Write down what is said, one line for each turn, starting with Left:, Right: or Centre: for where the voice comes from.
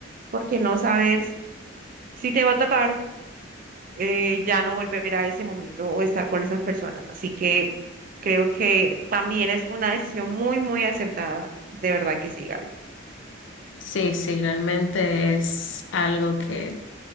Right: porque no sabes Si te va a tocar, eh, ya no volver a ese momento o estar con esas personas. Así que creo que también es una decisión muy, muy acertada. De verdad que sí, Gaby.
Left: Sí, sí, realmente es algo que